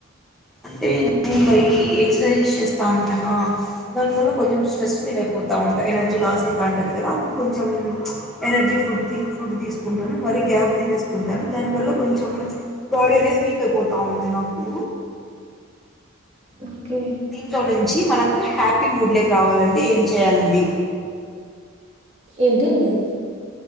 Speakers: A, in the centre; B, on the right.
A: అంటే నేను డైలీ ఎక్సర్సైజ్ చేస్తా ఉంటానా దానివల్ల కొంచెం స్ట్రెస్ ఫీల్ అయిపోతా ఉంట ఎనర్జీ లాస్ అయితాటది లేదా అప్పుడు కొంచెం ఎనర్జీ ఫుడ్ తీసుకుంటూ తీసుకుంటాను మరి గ్యాప్ తీసేసుకుంటాను దాని వల్ల కొంచెం బాడీ అనేది వీక్ అయిపోతా ఉంది నాకు
B: ఓకే
A: దీంట్లో నీచ్ చీ మనక్ హ్యాపీ మూడ్లే కి రావాలంటే ఏం చేయాలండి
B: ఏంటిల్ లేదు